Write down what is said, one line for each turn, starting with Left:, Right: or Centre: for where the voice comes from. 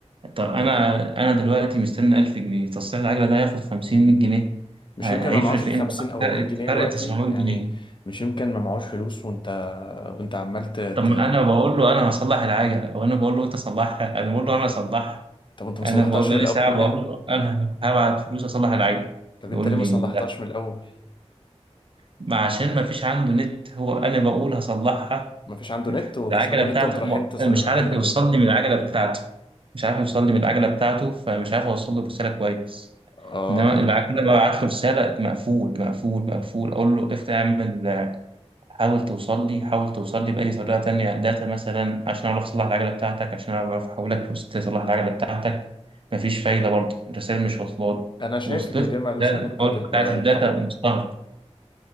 Right: طب انا انا دلوقتي مستني 1000 جنيه تصليح العجله ده هياخد 50 100 جنيه
Left: مش
Right: ه-
Left: يمكن
Right: هيفرق
Left: ما معهوش
Right: في
Left: الخمسين
Right: ايه
Left: أو
Right: فرق
Left: المية جنيه
Right: فرق
Left: دلوقتي
Right: 900
Left: يعني
Right: جنيه
Left: مش يمكن ما معهوش فلوس وأنت وانت عمال ت- ت-
Right: طب ما انا بقول له انا هصلح العجله وانا بقول له انت صلحها انا بقول له انا هصلحها
Left: طب انت ما صلحتهاش
Right: انا بقول بقالي
Left: من الاول
Right: ساعه بقول
Left: ليه
Right: له انا هبعت فلوس اصلح العجله
Left: طب
Right: يقول
Left: انت ليه ما
Right: لي
Left: صلحتهاش
Right: لا
Left: من الاول
Right: ما عشان ما فيش عنده نت هو انا بقول هصلحها
Left: ما فيش عنده نت وما
Right: العجلة
Left: فيش عنده
Right: بتاعته
Left: نت وانت رايحين
Right: م-
Left: تس... رايحين
Right: مش عارف
Left: بال
Right: يوصل لي من العجلة بتاعته مش عارف يوصل لي من العجلة بتاعته فمش عارف أوصل له الرسالة كويس
Left: اه
Right: إنما العجلة ببعت له رسالة مقفول مقفول مقفول أقول له افتح اعمل حاول توصل لي حاول توصل لي بأي طريقة تانية داتا مثلا عشان أعرف أصلح العجلة بتاعتك عشان أعرف أحولك فلوس تصلح العجلة بتاعتك مفيش فايدة برضه الرسائل مش واصلة له
Left: انا شايف
Right: وصلت
Left: ان
Right: له،
Left: ده ملوش
Right: ده الحوار
Left: علاقه بال
Right: بتاعت الداتا
Left: بح-
Right: مستغرب